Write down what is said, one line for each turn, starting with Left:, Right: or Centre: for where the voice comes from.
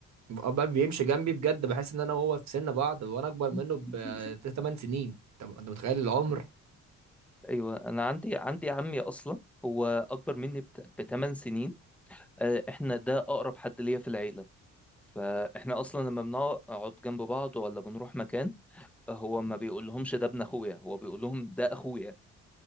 Right: بقى بقى بيمشي جنبي بجد بحس ان انا وهو في سن بعض وانا اكبر منه
Centre: <laughs>
Right: ب 8 سنين طب انت متخيل العمر
Centre: ايوه انا عندي عندي عمي اصلا هو اكبر مني بثمان سنين آه، احنا ده اقرب حد ليا في العيله فاحنا اصلا لما بنقعد جنب بعض ولا بنروح مكان هو ما بيقولهمش ده ابن اخويا هو بيقول لهم ده اخويا